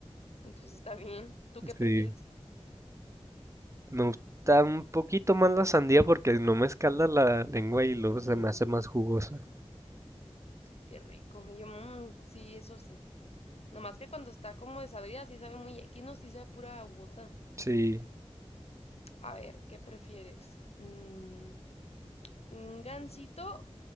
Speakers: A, on the left (about 65°); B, on the right (about 25°).
A: Entonces está bien. ¿Tú qué prefieres?
B: Sí, me gusta un poquito más la sandía porque no me escalda la lengua y luego
A: Mmm,
B: se me hace más jugosa.
A: qué rico. Y yo, "Mm, sí, eso sí. Nomás que cuando está como desabrida, sí sabe muy X, no, sí sabe pura agüota.
B: Sí,
A: A ver, ¿qué prefieres? Mm, ¿un gansito